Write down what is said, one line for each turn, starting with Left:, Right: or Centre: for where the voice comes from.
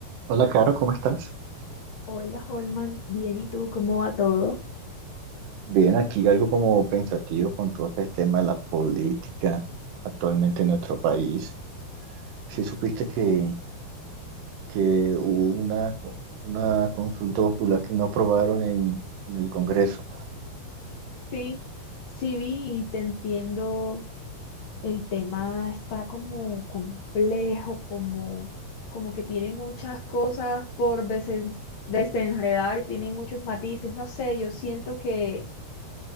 Right: Hola, Caro, ¿cómo estás?
Left: Hola, Holman. Bien, ¿y tú cómo va todo?
Right: Bien, aquí algo como pensativo con todo este tema de la política actualmente en nuestro país. Si supiste que, que hubo una, una consulta popular que no aprobaron en, en el Congreso.
Left: Sí, sí vi y te entiendo. El tema está como complejo, como, como que tiene muchas cosas por desen- desenredar, tiene muchos matices. No sé, yo siento que,